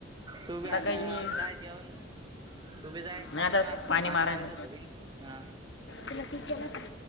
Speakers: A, on the right (about 20°); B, on the left (about 65°).
A: तू बी आता
B: काही नाही
A: काय जेवण तू बी जाय
B: नाही
A: पाणी
B: आता
A: मार पाणी
B: मारायला
A: मारायचं होतं का नाही? हा.
B: तुला की केलं का